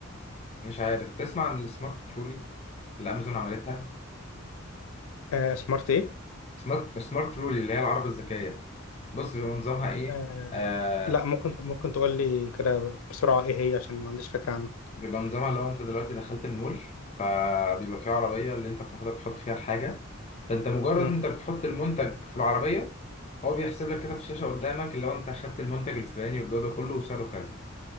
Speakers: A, on the left; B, on the left.
A: مش عارف تسمع عن السمارت ترولي اللي امازون عملتها
B: آه سمارت ايه
A: سمارت سمارت ترولي اللي هي العربة الذكية بص بيبقى نظامها ايه
B: آه
A: آه
B: لا ممكن ممكن تقول لي كده بسرعه ايه هي عشان ما عنديش فكره عنها
A: بيبقى نظامها لو انت دلوقتي دخلت المول آه بيبقى فيه عربية اللي انت بتاخدها بتحط فيها الحاجة فانت مجرد
B: مم.
A: انت بتحط المنتج في العربية هو بيحسب لك كده في الشاشة قدامك اللي هو انت اخدت المنتج الفلاني والجودة كله وسعره كام